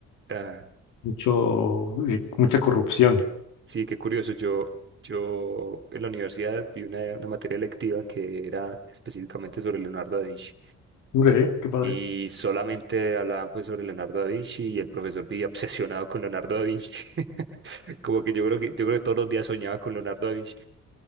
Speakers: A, on the right; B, on the left.
A: <laughs>
B: mucho, eh, mucha corrupción.
A: Sí, qué curioso. Yo, yo en la universidad vi una, una materia electiva que era específicamente sobre Leonardo da Vinci
B: Ok, qué padre.
A: y solamente hablaban pues sobre Leonardo da Vinci y el profesor vivía obsesionado con Leonardo da Vinci. <laughs> Como que yo creo que yo creo que todos los días soñaba con Leonardo da Vinci